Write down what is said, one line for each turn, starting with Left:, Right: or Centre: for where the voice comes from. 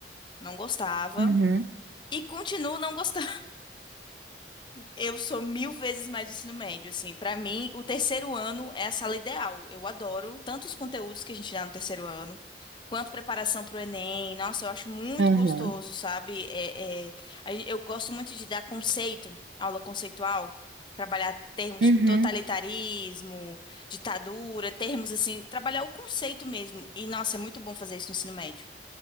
Left: Não gostava.
Right: Uhum,
Left: E continuo não gostando. Eu sou mil vezes mais do ensino médio, assim. Para mim, o terceiro ano é a sala ideal. Eu adoro tanto os conteúdos que a gente dá no terceiro ano, quanto preparação para o Enem. Nossa, eu acho muito
Right: uhum,
Left: gostoso, sabe? É, é, a gen- eu gosto muito de dar conceito, aula conceitual, trabalhar termos
Right: uhum,
Left: tipo totalitarismo, ditadura, termos assim, trabalhar o conceito mesmo. E, nossa, é muito bom fazer isso no ensino médio.